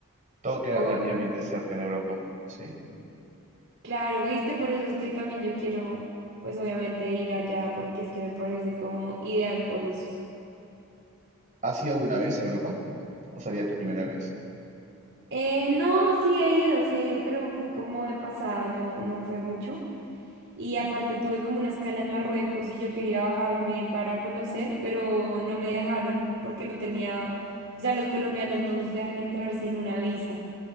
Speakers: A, on the right (about 35°); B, on the right (about 55°).
A: Todo queda
B: Oh,
A: relativamente cerca en Europa. Sí.
B: claro, viste, por eso es que también yo quiero, pues obviamente ir allá, porque es que me parece como ideal por eso.
A: ¿Has ido alguna vez a Europa? ¿O sería tu primera vez?
B: Eh, no, sí he ido, sí he ido, pero fui como de pasada, no, no fue mucho. Y aparte tuve como una escala en Marruecos y yo quería bajarme para conocer, pero no me dejaron porque no tenía, o sea, los colombianos no nos dejan entrar sin una visa.